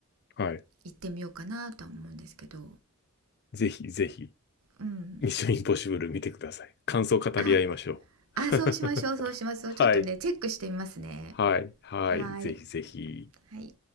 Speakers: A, on the left; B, on the right.
A: はい。
B: 行ってみようかなとは思うんですけど
A: ぜひ、ぜひ、
B: うん
A: ミッションインポッシブル見てください。感想を語り合いましょう。
B: ああそうしましょうそうしますちょっとねチェックしてみますね
A: <laughs> はい。はい。はい。
B: はい
A: ぜひぜひ。
B: はい